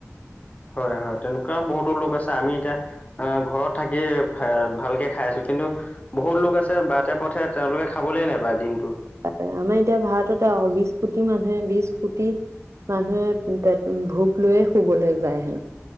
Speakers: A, on the left; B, on the right.
A: হয় হয় তেনেকুৱাও বহুতো লোক আছে আমি এতিয়া আহ ঘৰত থাকি ভালকে খাই আছো কিন্তু বহুত লোক আছে বতে পথে তেওঁলোকে খাবলে নোপায় দিনটো
B: আমাৰ এতিয়া ভাৰততে আহ বিশ কোটি মানুহে বিশ কোটি মানুহে পে ভোক লৈয়ে শুবলৈ যায় হেনো